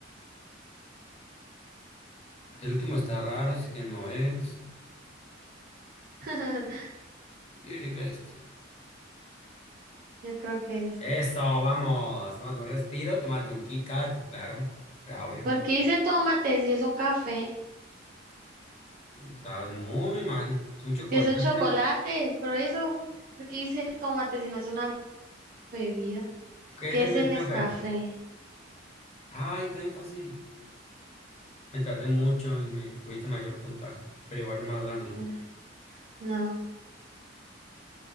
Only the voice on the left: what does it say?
El último está raro, así que no es.
Yo diría que este.
Eso, vamos. Tómate un respiro, tómate un Kit Kat, claro. Claro, obvio.
Estás muy mal. Es un chocolate.
¿Qué
es el
Nescafé?
Ay, está bien fácil. Me tardé mucho y me tuviste mayor puntaje, pero igual no me vas ganando.